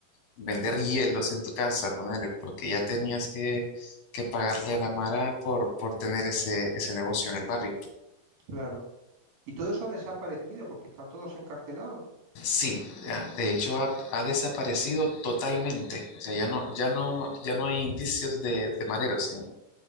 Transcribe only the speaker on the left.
vender hielos en tu casa, ponele, porque ya tenías que, que pagarle a la Mara por, por tener ese, ese negocio en el barrio.
Sí, ya, de hecho ha, ha desaparecido totalmente. O sea, ya no, ya no, ya no hay indicios de, de mareros en,